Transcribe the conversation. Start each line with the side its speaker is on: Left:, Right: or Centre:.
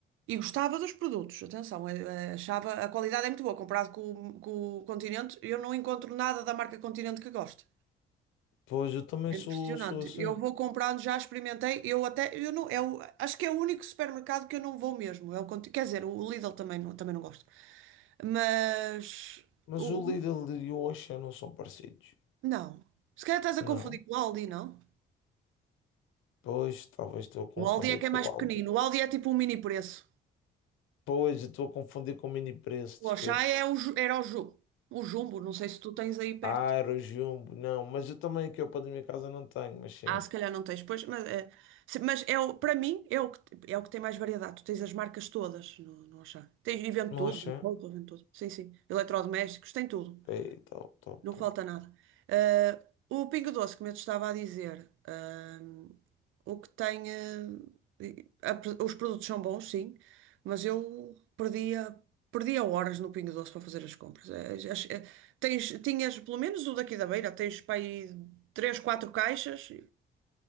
Right: E gostava dos produtos, atenção, eh, eh, achava a qualidade é muito boa, comparado com, o- com o Continente, eu não encontro nada da marca Continente que goste
Left: Pois, eu também
Right: É
Left: sou,
Right: impressionante.
Left: sou assim.
Right: Eu vou comprando, já experimentei, eu até, eu não, é o- acho que é o único supermercado que eu não vou mesmo. É o, Conti- quer dizer, o Lidl também não, também não gosto. Mas,
Left: Mas
Right: o,
Left: o
Right: o-
Left: Lidl e o Auchan não são parecidos.
Right: não. Se calhar estás a
Left: Não.
Right: confundir com o Aldi, não?
Left: Pois, talvez estou a confundir
Right: O Aldi é que
Left: com
Right: é mais
Left: o
Right: pequenino,
Left: Aldi.
Right: o Aldi é tipo um mini preço.
Left: Pois, eu estou a confundir com o Mini Preço, desculpa.
Right: O Auchan é o, ju- era o, ju- o Jumbo, não sei se tu tens aí
Left: Ah,
Right: perto.
Left: era o Jumbo. Não, mas eu também aqui ao pé da minha casa não tenho, mas sim.
Right: Ah, se calhar não tens, pois, mas, eh, se- mas é o, para mim é o, que, é o que tem mais variedade. Tu tens as marcas todas no, no Auchan. Tens, e vende
Left: No
Right: tudo,
Left: Auchan.
Right: vende roupa, vende tudo. Sim, sim. Eletrodomésticos, tem tudo.
Left: Ei, top, top,
Right: Não
Left: top.
Right: falta nada. Eh, o Pingo Doce, como eu te estava a dizer, eh, o que tem. eh, e- a os produtos são bons, sim, mas eu perdia, perdia horas no Pingo Doce para fazer as compras. Eh, as- eh, tens, tinhas, pelo menos o daqui da beira, tens para aí três, quatro caixas